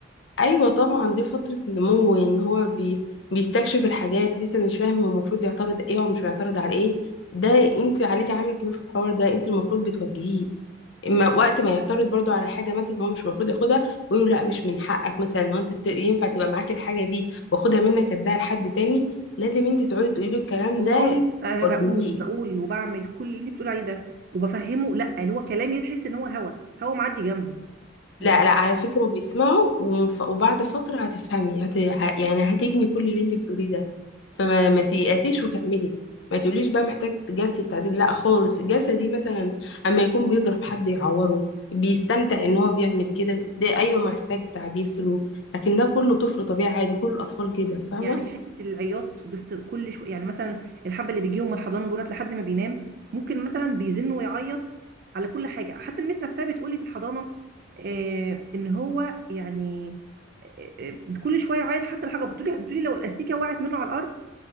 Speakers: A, on the left; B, on the right.
A: ايوه طبعا دي فتره نمو ان هو بي بيستكشف الحاجات لسه مش فاهم هو المفروض يعترض ايه ومش بيعترض على ايه ده انت عليك عامل كبير في الحوار ده انت المفروض بتوجهيه اما وقت ما يعترض برضو على حاجه مثلا هو مش المفروض ياخدها ويقول له لا مش من حقك مثلا هو انت ت- ينفع تبقى معاك الحاجه دي واخدها منك اديها لحد تاني لازم انت تقعدي تقولي له الكلام
B: والله
A: ده
B: انا
A: توجهيه
B: بقول بقول وبعمل كل اللي انت بتقول عليه ده وبفهمه لا اللي هو كلامي تحس ان هو هوا هوا معدي جنبه
A: لا
B: يعني
A: لا على فكرة بيسمعوا ومن ف- وبعد فترة هتفهمي هت... ه- يعني هتجني كل اللي انت بتقوليه ده فما ما تيأسيش وكملي ما تقوليش بقى محتاج جلسة تعديل لا خالص الجلسة دي مثلا اما يكون بيضرب حد يعوره بيستمتع ان هو بيعمل كده ده ايوه محتاج تعديل سلوك لكن ده كله طفل طبيعي عادي كل الاطفال كده فاهمة
B: يعني حته العياط بس كل شويه يعني مثلا الحبه اللي بيجيهم من الحضانه دولت لحد ما بينام ممكن مثلا بيزن ويعيط على كل حاجه حتى المس نفسها بتقولي في الحضانه آه ان هو يعني آه، آه، كل شويه يعيط حتى الحاجه بتقولي بتقولي لو الاستيكه وقعت منه على الارض